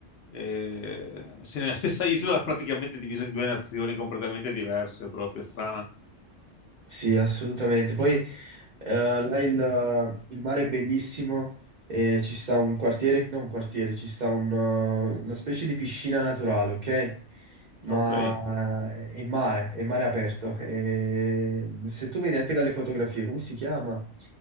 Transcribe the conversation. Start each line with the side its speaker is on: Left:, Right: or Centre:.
Left: eh, se nella stessa <laughs> isola praticamente divisa in due nazioni completamente diverse, proprio strana.
Right: Sì, assolutamente. Poi eh, là il, il mare è bellissimo e ci sta un quartiere, non un quartiere, ci sta un, eh, una specie di piscina naturale, ok? Ma
Left: Ok,
Right: eh, è mare, è mare aperto. E se tu vedi anche dalle fotografie, come si chiama?